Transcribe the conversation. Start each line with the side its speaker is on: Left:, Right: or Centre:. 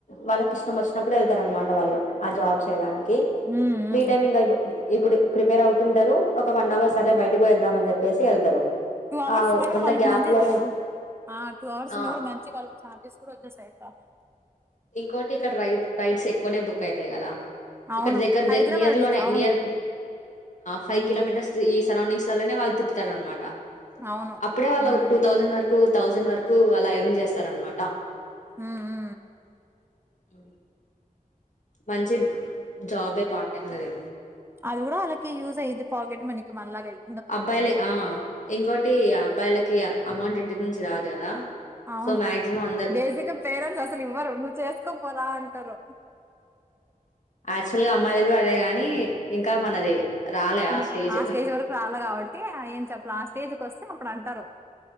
Left: వాళ్ళకి ఇష్టం ఒచ్ నప్పుడు వెళ్తారు అనమాట వాళ్ళు ఆ జాబ్ చేయడానికి
Right: మ్మ్ మ్మ్
Left: ఫ్రీ టైమ్ ఇంకా ఇప్పుడు ప్రిపేర్ అవుతుంటారు ఒక వన్ అవర్ సరే బయటకు ఒదామని అని చెప్పేసి వెళ్తారు
Right: టూ అవర్స్
Left: ఆ
Right: ఉన్నా కూడ
Left: ఉన్న
Right: వాళ్ళకి
Left: గ్యాప్
Right: మంచిది
Left: లోనే
Right: ఆ టూ అవర్స్
Left: ఆ
Right: ఉన్నా కూడా మంచి వాళ్ళకి చఛార్జెస్ కూడ వచ్చేసాయి కాఫ
Left: ఇంకోటి ఇక్కడ రై రైడ్స్ ఎక్కువనే బుక్ అయితాయి కదా
Right: అవును
Left: ఇక్కడ దగ్గర
Right: హైదరాబాద్
Left: నియర్
Right: లో
Left: లోనే
Right: అవును
Left: నియర్ ఫైవ్
Right: ఉమ్
Left: కిలోమీటర్స్ ఈ సరౌండింగ్స్ లోనే తిప్పుతారనమాట
Right: అవును
Left: అప్పుడే వాళ్ళు
Right: ఉమ్
Left: ఒక టూ థౌసండ్ వరకు థౌసండ్ వరకు అలా యార్న్ చేస్తారు అనమాట
Right: ఆ ఆ
Left: అ మంచి జాబే పార్ట్ టైమ్ ఉన్నది
Right: అది కూడ వాళ్ళకి యూజ్ అయిది పాకెట్ మనకి మనలాగా అంది
Left: అబ్బాయిల ఆ ఇంకోటి అబ్బాయిలకి అమౌంట్ ఇంటి నుంచి రాదు కదా
Right: అవును
Left: సో మ్యాక్సిమమ్
Right: బేసిక్గా పేరెంట్స్ అసలు ఇవ్వరు నువ్వు చేసుకోపోరా అంటరు
Left: యాక్చువల్గా అమ్మాయిలలకు అదే గాని ఇంకా మనది రాలే ఆ
Right: ఇంకా
Left: స్టేజ్
Right: వరకు రాలే కాబట్టి ఏం చెప్పలే ఆ స్టేజ్కి వస్తే అప్పుడు అంటరు